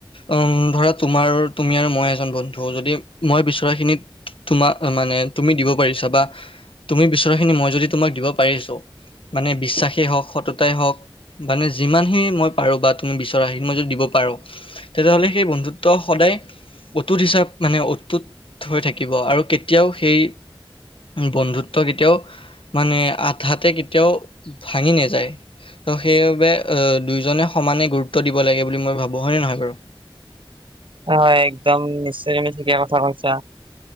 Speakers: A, on the left; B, on the right.
A: উম, ধৰা তোমাৰ তুমি আৰু মই এজন বন্ধু। ত' যদি মই বিচৰাখিনিত তোমাক মানে তুমি দিব পাৰিছা বা তুমি বিচৰাখিনি মই যদি তোমাক দিব পাৰিছোঁ। মানে বিশ্বাসেই হওঁক, সততাই হওঁক। মানে যিমানখিনি মই পাৰোঁ বা তুমি বিচৰা সেইি মই যদি দিব পাৰোঁ তেতিয়াহ'লে সেই বন্ধুত্ব সদায় অটুত হিচাপ মানে, অটুত হৈ থাকিব আৰু কেতিয়াও সেই বন্ধুত্ব কেতিয়াও মানে আধাতে কেতিয়াও ভাঙি নাযায়। ত' সেইবাবে আ, দুয়োজনে সমানে গুৰুত্ব দিব লাগে বুলি মই ভাবোঁ হয়নে নহয় বাৰু?
B: হয় একদম নিশ্চয় তুমি ঠিকে কথা কৈছা,